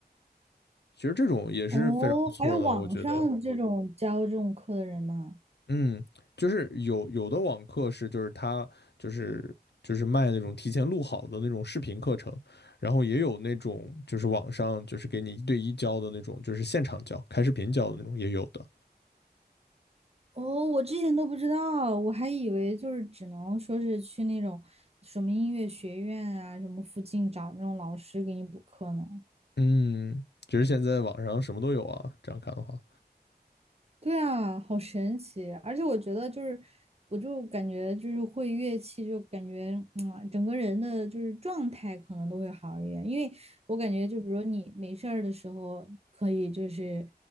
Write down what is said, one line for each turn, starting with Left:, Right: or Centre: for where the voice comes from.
Left: 其实这种也是非常不错的，
Right: 哦，还有网上这种教这种课的人吗？
Left: 我觉得。嗯，就是有有的网课是，就是他就是就是卖那种提前录好的那种视频课程，然后也有那种就是网上就是给你一对一教的那种，就是现场教、开视频教的那种也有的。
Right: 哦，我之前都不知道，我还以为就是只能说是去那种什么音乐学院啊，什么附近找那种老师给你补课呢。
Left: 嗯，其实现在网上什么都有啊，这样看的话，
Right: 对啊，好神奇！而且我觉得就是，我就感觉就是会乐器，就感觉嗯，整个人的就是状态可能都会好一点，因为我感觉就比如你没事儿的时候可以就是